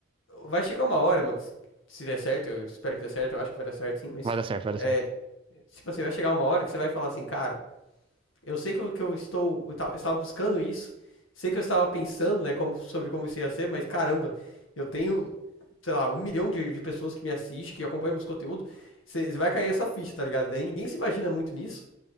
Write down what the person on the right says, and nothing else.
Vai dar certo, vai
dar certo.